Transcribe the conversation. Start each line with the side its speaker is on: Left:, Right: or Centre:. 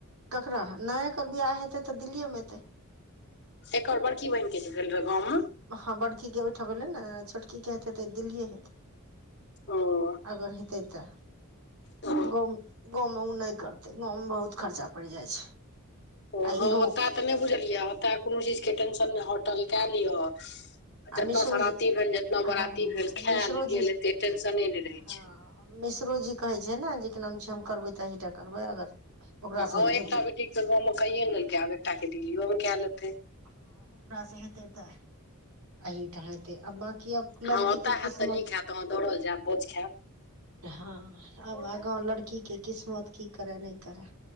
Right: ककरा? नै कर बीहा हेतै त दिल्ली मे हेतै।
Left: एकर बरकी बहिन के जे भेल रहे गाँउ म?
Right: हँ बड़की के ओहि ठाम भेलै ने छोटकीे हेतै त दिल्लए हेतै।
Left: ओ
Right: अगर हेतै त।
Left: ओ
Right: गाँउ गाँउ मे उ नै करतै गाँउ में बहुत खर्चा पड़ि जाइ छै।
Left: ओ
Right: आ
Left: हँ
Right: इहो
Left: ओतय तऽ नहि बुझलियै ओतय कोनो चीज के टेंशन नहि होटल कए लिअ।
Right: आ
Left: जेत
Right: मिश्रोजी
Left: सराती भेल जेतना बारती
Right: हँ
Left: भेल खायल
Right: मिश्रोजी
Left: गेल एते टेंशने नै रहे
Right: हँ
Left: छै।
Right: मिश्रो जी कहै छै ने, जे निम छीम करबै त तहीटा करबै अगर ओकरासँ
Left: ह
Right: हेतै
Left: एकटा
Right: तऽ
Left: बेटी के गाँऊ में कैये लेलकै आब एकटा के दिलीयों में कै लेते।
Right: ह ओकरा से हेतै त एहिठा हेतै अब बकी अब
Left: हँ
Right: लड़की
Left: ओतय
Right: के
Left: हैत
Right: किस्मत
Left: त नीक हैत हाँ दौड़ल जायब भोज खायब।
Right: हाँ आब आगाँ लड़की के किस्मत की करै नहि करै?